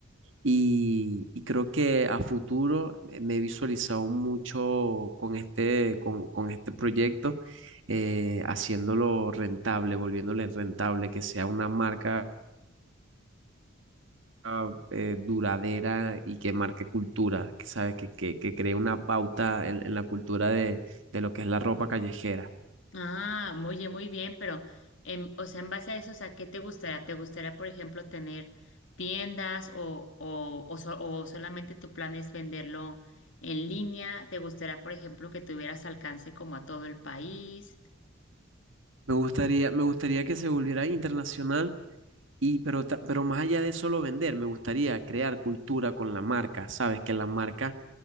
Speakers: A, on the right; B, on the left.
A: Y, y creo que a futuro me me he visualizado mucho con este, con, con este proyecto, eh, haciéndolo rentable, volviéndole rentable, que sea una marca ah, eh, duradera y que marque cultura, que sabes, que, que, que cree una pauta en, en la cultura de, de lo que es la ropa callejera.
B: Ah, oye, muy bien, pero, en, o sea, en base a eso, o sea, ¿qué te gustaría? ¿Te gustaría, por ejemplo, tener tiendas o, o, o, so- o solamente tu plan es venderlo en línea? ¿Te gustaría, por ejemplo, que tuvieras alcance como a todo el país?
A: Me gustaría, me gustaría que se volviera internacional Y pero, ta- pero más allá de solo vender, me gustaría crear cultura con la marca. Sabes que la marca